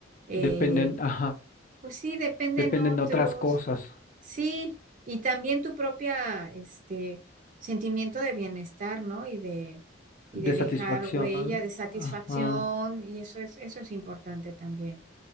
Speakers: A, on the right; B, on the left.
A: eh,
B: Dependen, ajá,
A: pues sí, dependen
B: dependen
A: otros,
B: de otras cosas,
A: sí, y también tu propia, este, sentimiento de bienestar, ¿no? Y de, y
B: de
A: de dejar
B: satisfacción.
A: huella, de satisfacción,
B: Ajá.
A: y eso es, eso es importante también.